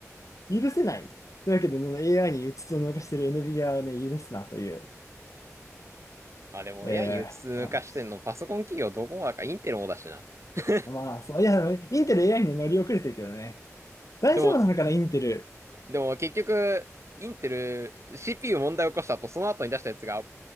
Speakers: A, on the left; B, on the right.
A: 許せない。というわけで、その AI にうつつを抜かしている NVIDIA をね、許すなという、
B: あ、でも
A: えー、
B: AI にうつ抜かしてんの、
A: お話。
B: パソコン企業どこもだからインテルもだしな。<laughs>
A: まあ、そう、いや、インテル AI に乗り遅れてるけどね。大丈夫なのかな、
B: でも、
A: インテル。
B: でも結局、インテル、CPU 問題を起こした後、その後に出したやつが、あ